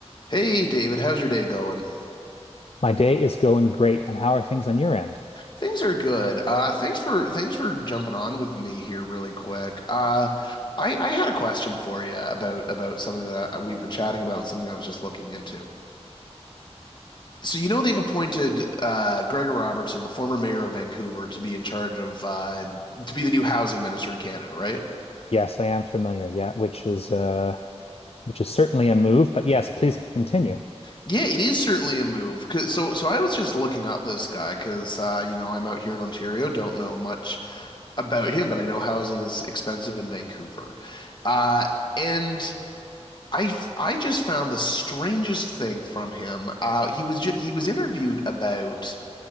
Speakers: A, on the left; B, on the left.
A: Hey David, how's your day going?
B: My day is going great, and how are things on your end?
A: Things are good. Uh, thanks for thanks for jumping on with me here really quick. Uh, I I had a question for you about about something that I, we've been chatting about and something I was just looking into. So you know they've appointed uh, Gregor Robertson, the former mayor of Vancouver, to be in charge of uh, to be the new housing minister in Canada, right?
B: Yes, I am familiar. Yeah, which is uh which is certainly a move, but yes, please continue.
A: Yeah, it is certainly a move. 'Cause- so so I was just looking up this guy because uh, you know I'm out here in Ontario, don't know much about him, but I know housing is expensive in Vancouver. Uh, and I, f- I just found the strangest thing from him. Uh, he was ju- he was interviewed about